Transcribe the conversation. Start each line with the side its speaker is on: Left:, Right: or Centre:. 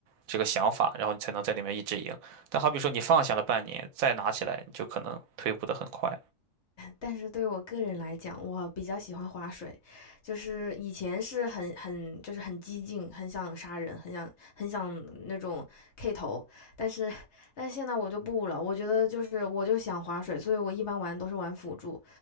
Right: 这个想法，然后你才能在里面一直赢。但好比说你放下了半年，再拿起来，你就可能退步的很快。
Left: 但是对我个人来讲，我比较喜欢划水，就是以前是很很就是很激进，很想杀人，很想很想那种 K 头，但是但是现在我就不了，我觉得就是我就想划水，所以我一般玩都是玩辅助，